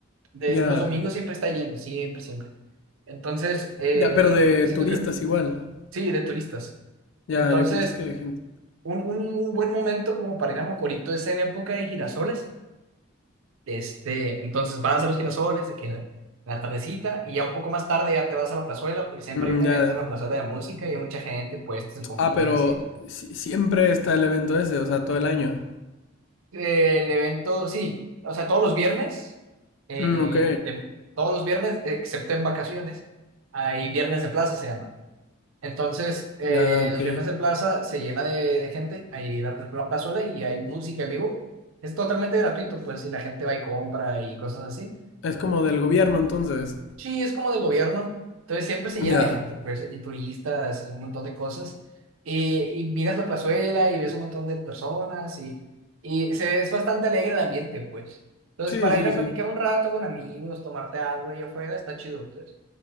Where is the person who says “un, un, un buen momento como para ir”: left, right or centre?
Right